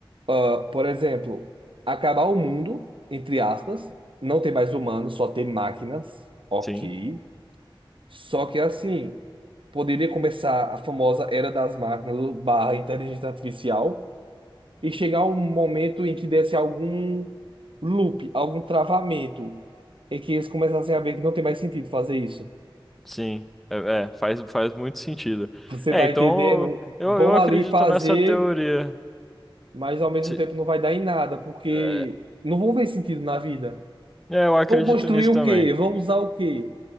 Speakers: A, on the right; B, in the centre.
A: ah, por exemplo, acabar o mundo, entre aspas, não ter mais humanos, só ter máquinas, ok.
B: Sim,
A: Só que assim, poderia começar a famosa era das máquinas barra inteligência artificial e chegar um momento em que desse algum loop, algum travamento, em que eles começassem a ver que não tem mais sentido fazer isso.
B: sim. É, é, faz, faz muito sentido.
A: Você
B: É,
A: tá
B: então
A: entendendo?
B: eu,
A: Vão
B: eu acredito
A: ali fazer,
B: nessa teoria.
A: mas ao mesmo
B: Se-
A: tempo não vai dar em nada, porque
B: É,
A: não vão ver sentido na vida.
B: é, eu acredito
A: Vão construir
B: nisso
A: o
B: também.
A: quê? Vão usar o quê?